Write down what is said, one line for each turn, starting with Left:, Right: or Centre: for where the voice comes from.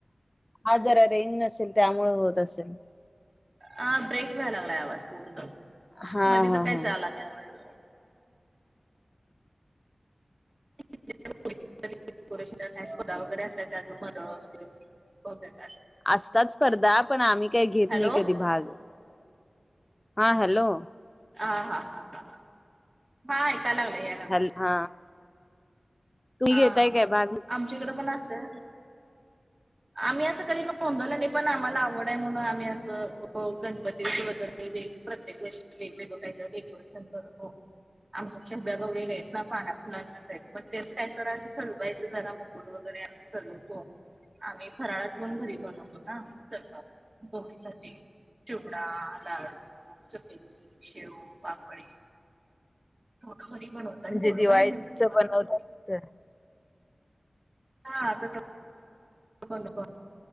Left: हा जरा रेंज नसेल त्यामुळे होत असेल.
Right: हा ब्रेक व्हायला लागलाय आवाज पूर्ण
Left: हा
Right: मधे
Left: हा
Right: तर कायचं
Left: हा
Right: आला नाय आवाज <inaudible> वगैरे असं कां मनोरे वगैरे होत कांय असं
Left: असतात स्पर्धा पण आम्ही काय घेत
Right: हॅलो
Left: नाही कधी भाग, हा हॅलो-
Right: आ हा हा हा मां ऐकायला लागलंय यायला
Left: बल हा तुम्ही
Right: आ
Left: घेताय काय भाग
Right: आमच्या इकड पण असतय. आम्ही असं कधी नोंदवलं नाय पण आम्हाला आवड आहे म्हणून आम्ही असं अ गणपतीत वगैरे प्रत्येक वर्षी वेगवेगळं कायतरी डेकोरेशन करतो. आमच्यात उभ्या गवरी नाय ना पानाफुलांच्याचं आहेत मग तेच काय करायच सजवायचं जरा म फूड वगैर आणून सजवतो आम्ही फराळच पण घरी बनवतो ना तर मग भोगिसाठी चिवडा, लाडू, चकली, शेव, पापडी होनं घरी बनवतो
Left: म्हणजे
Right: आणि थोडं
Left: दिवाळी
Right: बाहेरनं विकत
Left: चं
Right: आणतो.
Left: बनवतात तस
Right: हा तसंचं तसच होता